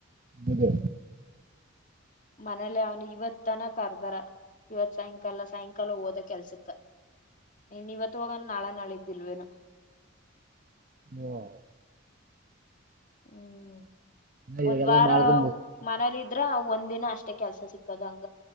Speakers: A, on the right; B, on the left.
A: ಇದು
B: ಮನೇಲೆ ಅವ್ನು ಇವತ್ತನ ಕರ್ದಾರ. ಇವತ್ ಸಾಯಂಕಾಲ ಸಾಯಂಕಾಲ ಹೋದ ಕೆಲ್ಸಕ್ಕ. ಇನ್ ಇವತ್ತು ಹೋಗನ ನಾಳ ನಾಳಿದ್ದು ಇಲ್ವೇನೊ
A: ಹ್ಮ <unintelligible>
B: ಹ್ಮ್
A: ಇವಾಗೆಲ್ಲ
B: ಒಂದ್ ವಾರ
A: ಮಾರದ
B: ಹೊ ಮನೇಲಿ ಇದ್ರ ಒಂದ್ ದಿನ ಅಷ್ಟ್ ಷ್ಟೇ ಕೆಲಸ ಸಿಕ್ಕದಗ್